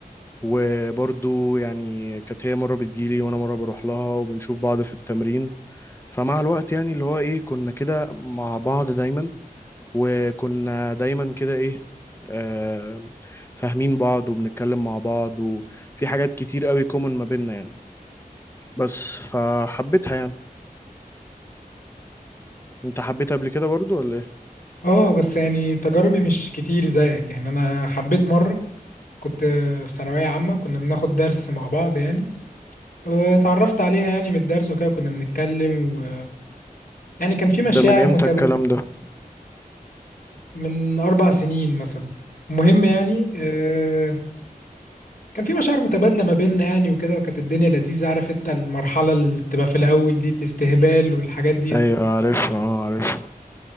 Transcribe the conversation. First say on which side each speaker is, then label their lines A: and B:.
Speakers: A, on the left; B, on the left.
A: وبرضو يعني كانت هي مرة بتجيلي وأنا مرة بروح لها وبنشوف بعض في التمرين فمع الوقت يعني اللي هو إيه كنا كده مع بعض دايما وكنا دايما كده إيه آه فاهمين بعض وبنتكلم مع بعض وفي حاجات كتير قوي كومن ما بيننا يعني بس فحبيتها يعني انت حبيتها قبل كده برضو ولا ايه
B: اه بس يعني تجاربي مش كتير زيك يعني انا حبيت مره كنت في ثانويه عامه كنا بناخد درس مع بعض يعني واتعرفت عليها يعني من الدرس وكده كنا بنتكلم و... يعني كان في مشاعر
A: ده من امتى
B: متبادله
A: الكلام ده
B: من اربع سنين مثلا المهم يعني آه، كان في مشاعر متبادله ما بيننا يعني وكده وكانت الدنيا لذيذه عارف انت المرحله اللي بتبقى في الاول دي الاستهبال والحاجات دي
A: ايوه عارفها اه عارفها